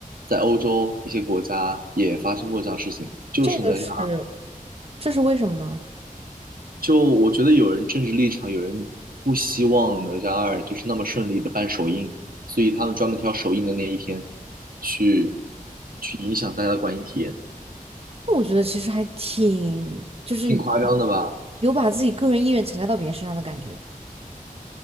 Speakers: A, on the right (about 80°); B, on the right (about 40°).
A: 在欧洲一些国家也发生过这样的事情。就是哪吒，
B: 这个是，这是为什么呢？
A: 就我觉得有人政治立场，有人不希望哪吒二就是那么顺利的办首映，所以他们专门挑首映的那一天去去影响大家的观影体验，
B: 那我觉得其实还挺，就是
A: 挺夸张的吧？
B: 有把自己个人意愿强加到别人身上的感觉。